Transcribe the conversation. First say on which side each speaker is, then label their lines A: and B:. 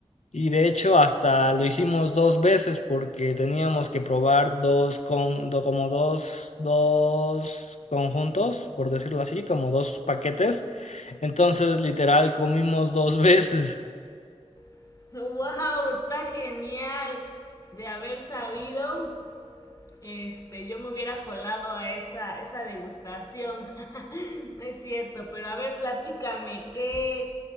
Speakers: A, on the left; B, on the left.
A: Y de hecho hasta lo hicimos dos veces porque teníamos que probar dos con do- como dos, dos conjuntos, por decirlo así, como dos paquetes. Entonces, literal, comimos dos veces.
B: <laughs> ¡Wow! Está genial de haber sabido este, yo me hubiera colado a esa, esa degustación. <laughs> no es cierto, pero a ver, platícame, ¿qué,